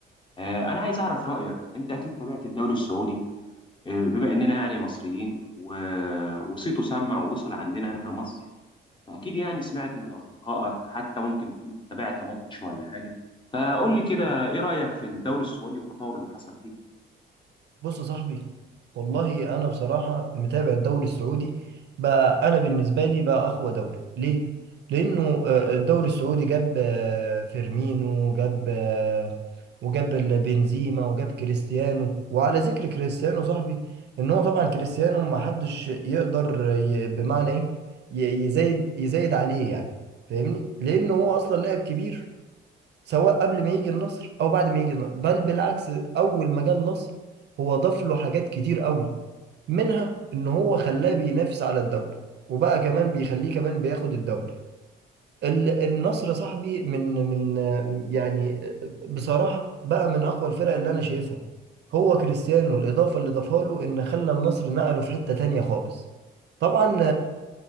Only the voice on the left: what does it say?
آه، انا عايز اعرف رايك انت اكيد تابعت الدوري السعودي آه، بما اننا يعني مصريين و... وصيته سمع ووصل عندنا هنا مصر فاكيد يعني سمعت من اصدقائك حتى ممكن تكون تابعت ماتش ولا حاجه فقول لي كده ايه رايك في الدوري السعودي والتطور اللي حصل فيه